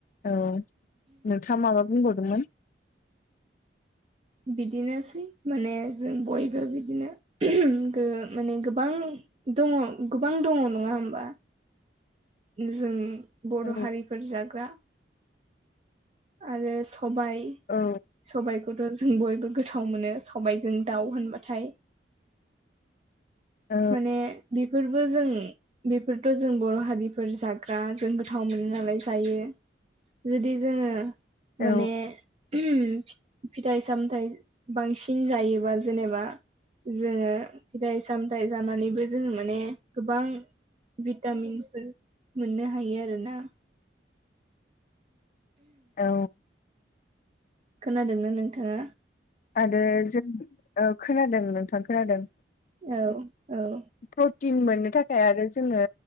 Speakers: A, on the left; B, on the right.
A: औ नोंथाङा माबा बुंबावदोंमोन?
B: बिदिनोसै माने जों बयबो बिदिनो गो माने गोबां दङ गोबां दङ नङा होमबा। जों बर'
A: औ
B: हारि फोर जाग्रा आरो सबाइ
A: औ
B: सबाइखौथ' जों बयबो गोथाव मोनो सबाइजों दाउ होनबाथाय।
A: औ
B: माने बिफोरबो जों बेफोरथ' जों बर' हारि फोर जाग्रा जों गोथाव मोनो नालाय जायो। जुदि जोङो
A: औ
B: माने फिथाइ सामथाइ बांसिन जायोबा जेनेबा जोङो फिथाइ सामथाइ जानानैबो जोङो माने गोबां भिटामिनफोर मोननो हायो आरोना।
A: औ।
B: खोनादों ना नोंथाङा?
A: आरो जों ओ खोनादों नोंथां खोनादों।
B: औ औ।
A: प्रटिन मोननो थाखाय आरो जोङो